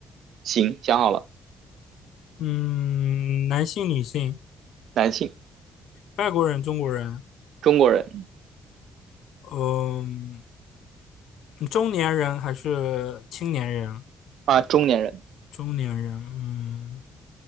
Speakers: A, on the right; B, on the left.
A: 行？想好了，
B: 嗯，男性、女性，
A: 男性，
B: 外国人、中国人，
A: 中国人
B: 嗯，中年人还是青年人？
A: 啊，中年人，
B: 中年人，嗯，